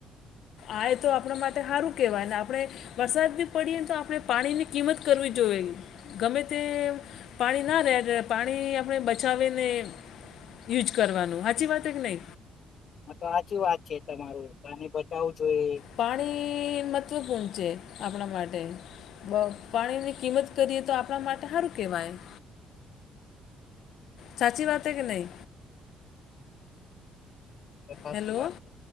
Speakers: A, on the left (about 70°); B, on the left (about 50°).
A: આય તો આપણા માટે હારું. કેવાય ને આપડે વરસાદ બી પડીએ તો આપણે પાણીની કિંમત કરવી જોએ. ગમે તે પાણી ના રેડ પાણી આપણે બચાવી ને યુજ કરવાનું હાચી વાત હે કે નઇ?
B: હા તો હાચી વાત છે તમારું, પાણી બચાવું જોઈએ.
A: પાણી મહત્ત્વપૂર્ણ છે, આપણા માટે બ પાણીની કિંમત કરીએ તો આપણા માટે હારું કેવાય. સાચી વાત હે કે નઈ?
B: સાચી
A: હેલો..
B: વાત છે.